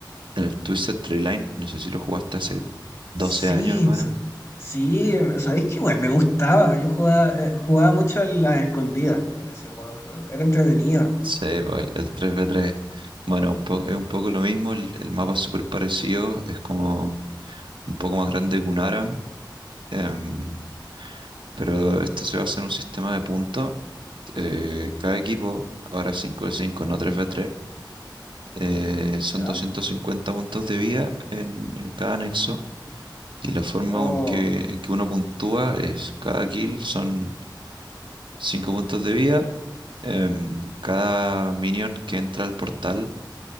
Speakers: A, on the right (about 85°); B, on the left (about 35°).
A: en el Twisted Tree Line. No sé si lo jugaste hace 12
B: Sí,
A: años, hermano.
B: s- sí, sabéis que igual me gustaba. Yo jugaba, eh, jugaba mucho a las escondidas en ese modo de juego. Era entretenido.
A: Sí, pues, el, el 3v3. Bueno, un po- es un poco lo mismo, el, el mapa es súper parecido, es como un poco más grande que un ARAM, em, pero esto se basa en un sistema de puntos. eh, cada equipo, ahora 5 de cinco no tres v tres eh, son
B: ¿Ya?
A: 250 puntos de vida en, en cada anexo. Y la forma
B: Oh,
A: en que, en que uno puntúa es cada kill son 5 puntos de vida. em, cada minion que entra al portal